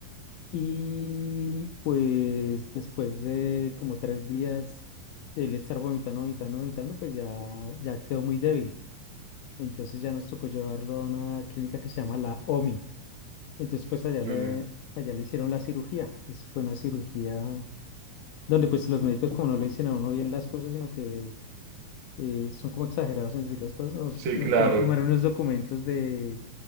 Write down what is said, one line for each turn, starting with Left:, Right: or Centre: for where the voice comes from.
Left: Y pues después de como tres días de él estar vomitando, vomitando, vomitando, pues ya, ya quedó muy débil. Entonces ya nos tocó llevarlo a una clínica que se llama la OMI. Entonces pues allá
Right: Ujú.
Left: le, allá le hicieron la cirugía. Esa fue una cirugía donde pues los médicos como no le dicen a uno bien las cosas, sino que eh, son como exagerados en decir las cosas, nos,
Right: Sí,
Left: nos
Right: claro.
Left: quieren firmar unos documentos de,